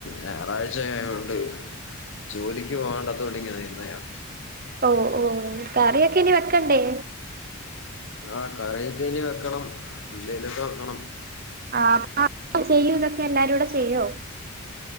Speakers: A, on the left; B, on the right.
A: ഞായറാഴ്ച ആയോണ്ട് ജോലിക്ക് പോകണ്ടാത്തോ ണ്ടിങ്ങനെ നിന്ന് ഞ്ഞാ
B: ഓ ഓ കറിയൊക്കെ ഇനി വെക്കണ്ടേ?
A: ആഹ് കറിയൊക്കെ ഇനി വെക്കണം എന്തേലുമൊക്കെ വെക്കണം
B: ആ അ ചെയ്യും ഇതൊക്കെ എല്ലാരും കൂടെ ചെയ്യുവോ